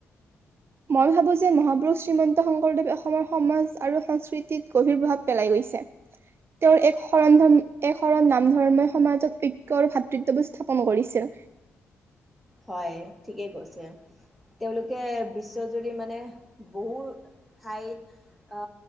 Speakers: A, on the right; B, in the centre.
A: মই ভাবো যে মহাপুৰুষ শ্ৰীমন্ত শংকৰদেৱে অসমৰ সমাজ আৰু সংস্কৃতিত গভীৰ প্ৰভাৱ পেলাই গৈছে তেওঁৰ এক শৰণ ধৰ্ম এক শৰণ নামধৰ্মই সমাজত ঐক্যভাতৃত্ববোৰ স্থাপন কৰিছে।
B: হয় ঠিকেই কৈছে তেওঁলোকে বিশ্বজুৰি মানে বহু ঠাইত